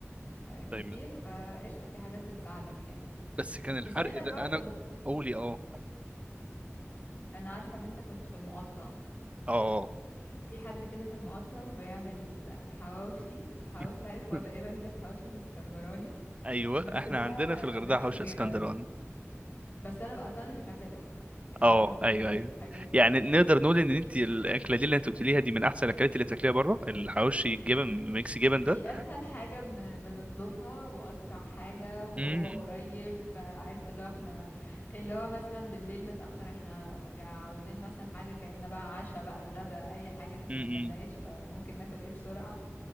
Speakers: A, on the left (about 40°); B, on the right (about 25°).
A: آه، كتير
B: طيب
A: فقشطة في حاجات بتساعدك يعني
B: بس كان الحرق
A: بس بما انك
B: ده
A: بقى كنت
B: انا قولي اه
A: انا عارفة ان انت كنت في المقطم
B: اه
A: في حد كده في المقطم بيعمل حواوشي حواوشي
B: <laughs>
A: عارف هو تقريبا زي الحواوشي الاسكندراني
B: ايوه
A: بس
B: احنا
A: بقى
B: عندنا في الغردقه
A: ميكس
B: حوش
A: جبن
B: اسكندراني
A: بس انا بقى اصلا مش بحب اللحمة يعني
B: اه
A: بس بحب
B: ايوه ايوه
A: الحاجات
B: يعني نقدر نقول ان انت الاكله دي اللي انت قلتيها دي من احسن الاكلات اللي تاكليها بره الحواوشي الجبن ميكس جبن
A: دي
B: ده
A: اسهل حاجة بن... بنطلبها واسرع حاجة وهو
B: امم
A: قريب فعارف اللي هو احنا اللي هو مثلا بالليل متأخر احنا جا- عاوزين مثلا حاجة كأن بقى عشاء بقى غدا اي حاجة احنا
B: امم
A: ما اكلناش فممكن ناكل ايه بسرعة